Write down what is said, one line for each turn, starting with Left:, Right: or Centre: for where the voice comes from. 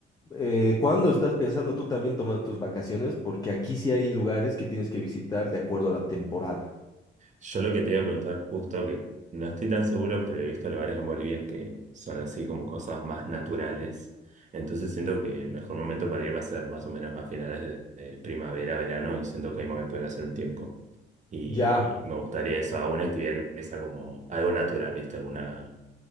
Left: eh, ¿cuándo estás pensando tú también tomar tus vacaciones? Porque aquí sí hay lugares que tienes que visitar de acuerdo a la temporada.
Right: Yo lo que te iba a preguntar justo, que no estoy tan seguro, pero he visto lugares en Bolivia que son así como cosas más naturales. Entonces siento que el mejor momento para ir va a ser más o menos a finales de, de primavera, verano, y siento que ahí me voy a poder hacer un tiempo. Y
Left: Ya.
Right: me gustaría eso, alguna actividad que sea como algo natural, ¿viste? Alguna